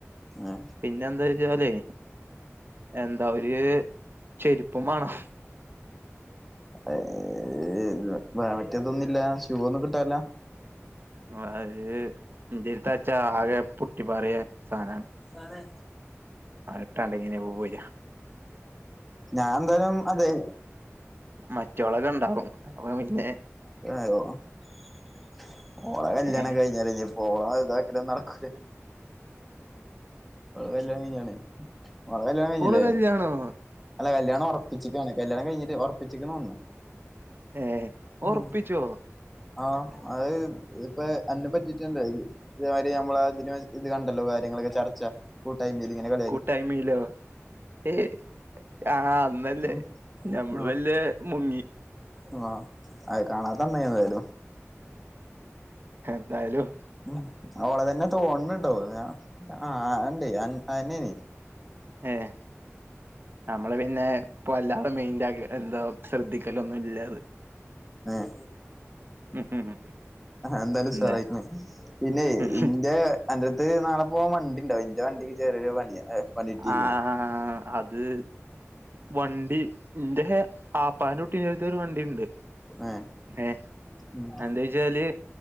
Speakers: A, in the centre; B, on the right (about 45°).
A: ആഹ
B: പിന്നെ എന്താ വച്ചാലേ എന്താ ഒര് ചെരുപ്പു മാണം
A: ഏഹ് <unintelligible> വേ മറ്റേതൊന്നുല്ല ഷൂ ഒന്നും കിട്ടാൻല്ല
B: <unintelligible> ന്റെട്ത്താച്ച ആകെ പൊട്ടിപാറിയ സാനാണ്
A: ആഹ്
B: അഹ്ട്ടാണ്ട് ഇങ്ങനെ പോവെ
A: ഞാൻ എന്തായാലും അതെ
B: മറ്റൊളൊക്കെണ്ടാവും അപ്പപിന്നെ
A: <unintelligible> ഓളെ കല്യാണകെഴിഞ്ഞാല്ലെ
B: ഏഹ്
A: ഞ് ഓളെ ഇതാകലൊന്നും നടക്കൂല ഓളെ കല്യാണം കഴിഞ്ഞാണേ ഓളെ കല്യാണം കഴിഞ്ഞില്ലേ
B: ഓള് കല്യണോ
A: അല്ല കല്യാണം ഒറപ്പിച്ചിക്കാണ് കല്യാണം കഴിഞ്ഞിട്ടില്ല ഉറപ്പിച്ചിക്കാണോണ്
B: ഏഹ്
A: ഉം
B: ഒറപ്പിച്ചോ
A: ആഹ് അഹ് ഇത്പ്പെ അന്നെ പറ്റിട്ടല്ലേ ഇതേമാരി നമ്മളെ അതിനെ ഇത് കണ്ടല്ലോ കാര്യങ്ങളൊക്കെ ചർച്ച കൂട്ടായ്മിലിങ്ങനെ ക
B: കൂട്ടായിമീലോ ഏ ആഹ് അന്നല്ലേ
A: ഉം
B: ഞമ്മള്
A: ആഹ്
B: വെല്ലേ മുങ്ങി
A: ആഹ് അത് കാണാത്തന്നായി എന്തായാലും
B: എന്തായലും
A: ഉം ഓളെതന്നെ തോന്ന്ണ് ട്ടൊ അ ആണ്ട് അതന്നെണ്
B: ഏഹ് നമ്മള് പിന്നെ ഇപ്പ വല്ലാതെ മെയിന്റാക്ക എന്താ ശ്രദ്ധിക്കലൊന്നും ഇല്ലാത്
A: ഏഹ്
B: ഉം ഉം
A: ആഹ് എന്തായാലും
B: എന്താ
A: ഉസാറായിക്ക്ണ് പിന്നെ
B: ഉം
A: ഇന്റെ അന്റെട്ത്ത് നാളെ പോവാൻ വണ്ടിണ്ട ന്റെവണ്ടിക്ക് ചെറിയൊരു പണിയ പണിട്ടിക്ക്ണ്
B: ആഹ് അത് വണ്ടി ന്റെ ഹെ ആപ്പാന്റെ കുട്ടിന്റെട്തൊരു വണ്ടിണ്ട്
A: ഏഹ്
B: ഏഹ്
A: ഉം
B: എന്താച്ചാല്